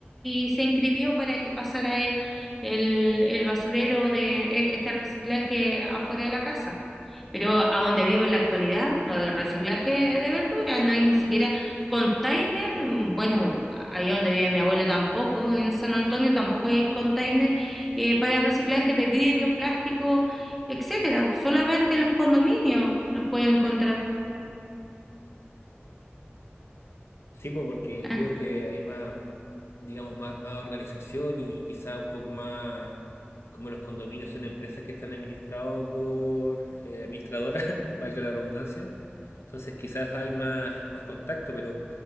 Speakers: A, in the centre; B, on the left.
A: y se inscribió para que pasara eh, el, el basurero de eh, este reciclaje afuera de la casa. Pero a donde vivo en la actualidad, no, de reciclaje de verduras, no hay ni siquiera container, mm, bueno allá donde vive mi abuela tampoco, en San Antonio tampoco hay container eh, para reciclaje de vidrio, plástico, etcétera. Solamente los condominios los pueden encontrar.
B: Sí, po, porque
A: Ah,
B: creo que hay más, digamos, más, más organización y, y quizá un poco más, como los condominios son empresas que están administrados por eh, administradoras, <laughs> valga la redundancia, entonces quizás hay más, más contacto, pero